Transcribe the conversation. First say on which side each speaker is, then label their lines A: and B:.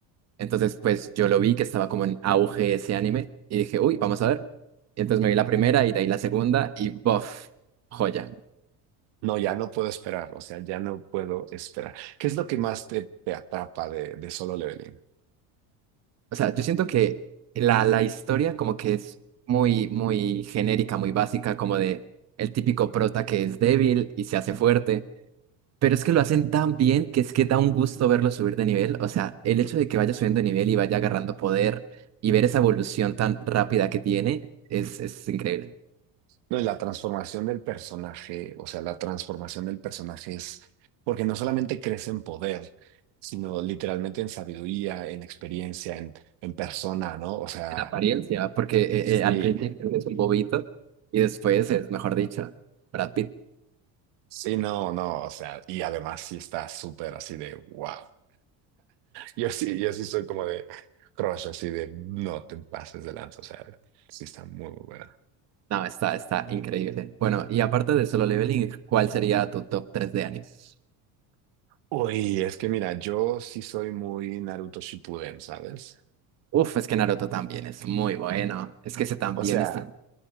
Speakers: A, on the right (about 35°); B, on the right (about 70°).
A: Entonces, pues yo lo vi que estaba como en auge ese anime y dije, uy, vamos a ver. Y entonces me vi la primera y de ahí la segunda y bof, joya.
B: No, ya no puedo esperar, o sea, ya no puedo esperar. ¿Qué es lo que más te, te atrapa de, de Solo Leveling?
A: O sea, yo siento que la, la historia como que es muy, muy genérica, muy básica, como de el típico prota que es débil y se hace fuerte. Pero es que lo hacen tan bien que es que da un gusto verlo subir de nivel. O sea, el hecho de que vaya subiendo de nivel y vaya agarrando poder y ver esa evolución tan rápida que tiene es, es increíble.
B: No, y la transformación del personaje, o sea, la transformación del personaje es porque no solamente crece en poder, sino literalmente en sabiduría, en experiencia, en, en persona, ¿no? O sea,
A: En apariencia, porque eh,
B: sí,
A: eh, al principio es un bobito y después es, mejor dicho, Brad Pitt.
B: sí, no, no, o sea, y además sí está súper así de wow. Yo sí, yo sí soy como de crush, así de no te pases de lanza, o sea, sí está muy, muy buena.
A: No, está, está increíble. Bueno, y aparte de Solo Leveling, ¿cuál sería tu top 3 de animes?
B: Uy, es que mira, yo sí soy muy Naruto Shippuden, ¿sabes?
A: Uf, es que Naruto también es muy bueno. Es que ese también
B: O sea,
A: está.